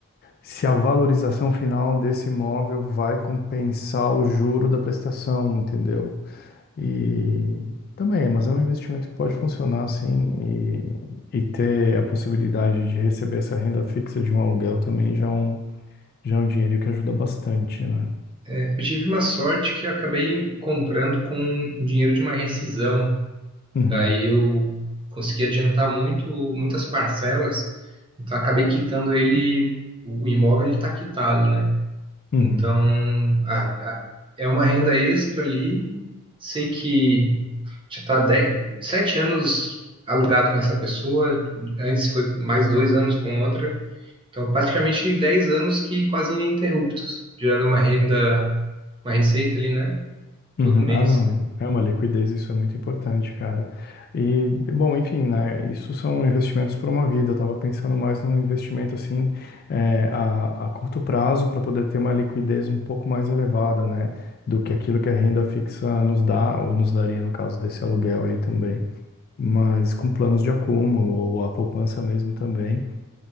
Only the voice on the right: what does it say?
É, Eu tive uma sorte que eu acabei comprando com dinheiro de uma rescisão,
daí eu consegui adiantar muito, muitas parcelas, então acabei quitando ele, o imóvel ele está quitado, né?
Então, a- a- é uma renda extra ali. Sei que já está sete anos alugado com essa pessoa, antes foi mais dois anos com outra. Então, praticamente 10 anos que quase ininterruptos, gerando uma renda, uma receita ali, né?
Todo mês.